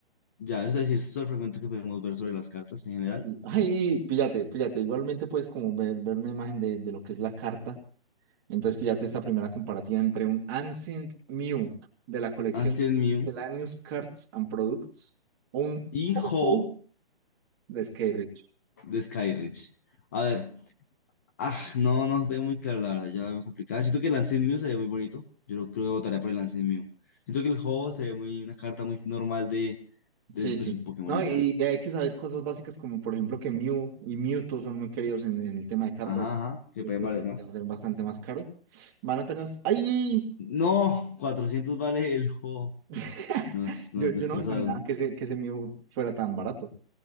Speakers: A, on the left; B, on the right.
A: ya, es decir, es todo el fragmento que podemos ver sobre las cartas en general.
B: Ay, píllate, píllate. Igualmente puedes como ver, ver una imagen de, de lo que es la carta. Entonces, píllate esta primera comparativa entre un Ancient Mew de la colección
A: Ancient Mew
B: Miscellaneous Cards and Products, un
A: y
B: Ho-Ho
A: Ho
B: de Skyreach.
A: de Skyreach. A ver, ah, no, no tengo muy claro, la verdad, ya veo complicada. Siento que el Ancient Mew se ve muy bonito. Yo creo que votaría por el Ancient Mew. Siento que el Ho se ve muy, una carta muy normal de,
B: Sí,
A: de pues,
B: sí.
A: un Pokémon
B: No,
A: y
B: y
A: ya.
B: ya hay que saber cosas básicas como, por ejemplo, que Mew y Mewtwo son muy queridos en, en el tema de cartas.
A: Ajá, ajá, que
B: Yo
A: pueden
B: creo
A: valer
B: que
A: más.
B: va a ser bastante más caro. Van apenas... ¡Ay!
A: No, 400 vale el juego.
B: <laughs>
A: Nos, nos
B: Yo,
A: destrozaron.
B: yo no me imaginaba que ese, que ese Mew fuera tan barato.